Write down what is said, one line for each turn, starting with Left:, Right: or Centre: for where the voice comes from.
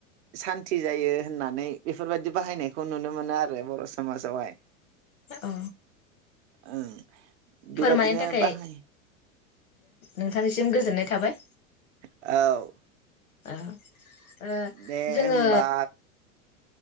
Right: सान्थि जायो होननानै बेफोर बायदि बाहायनायखौ नुनो मोनो आरो बर' समाजावहाय।
Left: औ
Right: ओं बेबादिनो
Left: फोरमायनो थाखाय
Right: बाहाय
Left: नोंथांनिसिम गोजोननाय थाबाय।
Right: औ।
Left: <inaudible> ओ
Right: दे
Left: जोङो
Right: होमबा